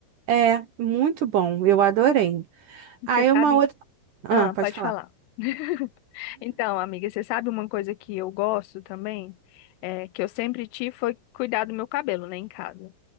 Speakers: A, on the right; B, on the left.
A: é muito bom. Eu adorei.
B: Você
A: Aí
B: sabe?
A: uma outra. Ah,
B: Ah,
A: pode
B: pode
A: falar.
B: falar. <laughs> Então, amiga, você sabe uma coisa que eu gosto também? É, que eu sempre tive foi cuidar do meu cabelo, né, em casa.